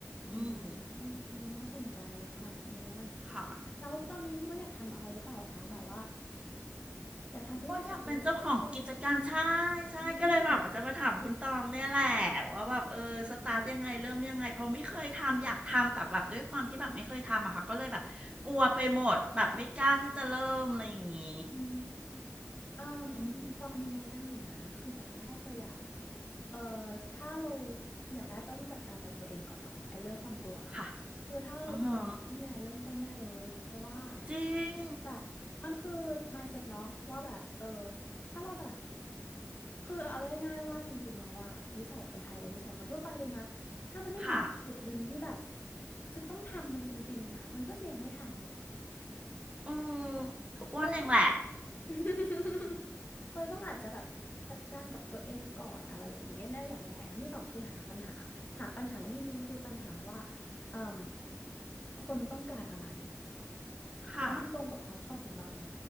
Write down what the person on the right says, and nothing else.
อืม
ค่ะ
ว่าอยากเป็นเจ้าของกิจการใช่ใช่ก็เลยแบบว่าจะมาถามคุณตองเนี่ยแหละ
ว่าแบบเออสตาร์ทยังไงเริ่มยังไงเพราะไม่เคยทำอยากทำแต่แบบด้วยความที่แบบไม่เคยทำอะค่ะก็เลยแบบกลัวไปหมดแบบไม่กล้าที่จะเริ่มอะไรอย่างงี้
อืม
ค่ะ
อือฮะจริง
ค่ะ
อืมอ้วนเองแหละ
<laughs> ค่ะ